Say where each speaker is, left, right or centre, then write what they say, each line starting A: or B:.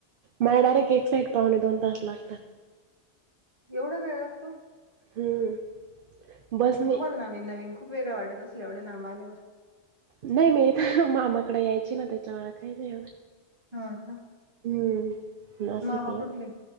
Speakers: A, on the right; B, on the right.
A: मला डायरेक्ट एक साईड पाहुणे दोन तास लागतात
B: एवढा वेळ लागतो
A: हम्म बसनी
B: तुम्हाला नवीन नवीन खूप वेगळ वाटत असलं एवढं लांब आल्यावर
A: नाही मी ईथ मामाकडे यायची ना त्याच्या व काही नाहीव
B: हो का
A: हम्म नाशिकला
B: मामा कुठले